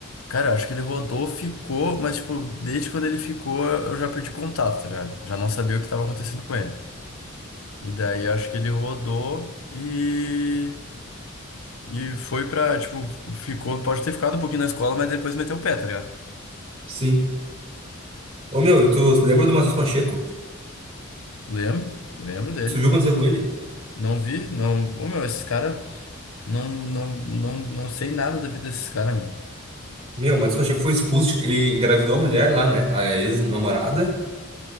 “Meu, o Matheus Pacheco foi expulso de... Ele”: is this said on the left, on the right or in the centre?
Right